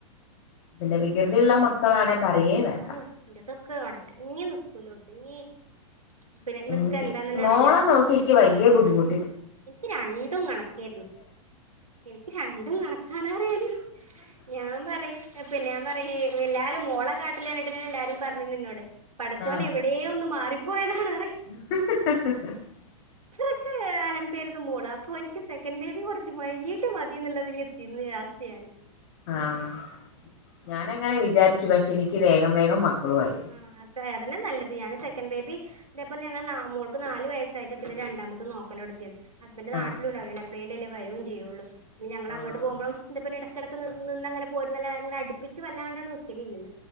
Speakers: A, on the left; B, on the right.
A: പിന്നെ വികൃതിയുള്ള മക്കളാണെ പറയേ വേണ്ട
B: ആ എന്റെ തൊക്കെ അട്ങ്ങി നിക്കൂല ഒതുങ്ങി പിന്നെ നിക്ക
A: നിക്ക്
B: എന്താന്ന് തന്നെ
A: മോള
B: അറിയില്ല
A: നോക്കിക്ക് വല്യ ബുദ്ധിമു
B: എനിക്ക് രണ്ടും കണക്കേയിരുന്നു ഇൻക്ക് രണ്ടും കണക്കണ അറിയാന് ഞാൻ പറ പിന്നെ ഞാൻ പറ എല്ലാരും മോളെ കാട്ടൽ കണ്ടിട്ട് എല്ലാരും പറഞ്ഞു നിന്നോട് പടച്ചവൻ
A: ആഹ്
B: എവിടെയ ഒന്ന് മാറി പോയതാണ്.
A: <inaudible>
B: ഇത്രക്ക് അലം മോള അപ്പൊ എനിക്ക് സെക്കൻഡ് ബേബി കുറച്ച് വൈകീട്ട് മതി എന്നുള്ളത് <unintelligible> ലാസ്റ്റ് ഞാൻ
A: ആഹ് ഞാനങ്ങനെ വിചാരിച്ച പക്ഷെ എനിക്ക് വേഗം വേഗം മക്കളും ആയി.
B: ആ അത് അതന്നെ നല്ലത് ഞാൻ സെക്കൻഡ് ബേബി ഇതേപോലെ ഞങ്ങള് മോൾക്ക് നാല് വയസ്സായിട്ട് പിന്നെ രണ്ടാമത് നോക്കല് നടത്തിയത്. ഹസ്ബൻഡ് <unintelligible>
A: ആഹ്
B: പ്ളീലല്ലേ വരും ചെയ്യുള്ളൂ. പിന്ന ഞങ്ങളങ്ങോട്ട്
A: ആഹ്
B: പോകുമ്പോഴും എട ഇടക്കിടക്ക് നി നിന്നങ്ങനെ പോരുന്നന്നെ ഇങ്ങനെ അടുപ്പിച്ച് വന്നകണ്ടാനത് ഇല്ലില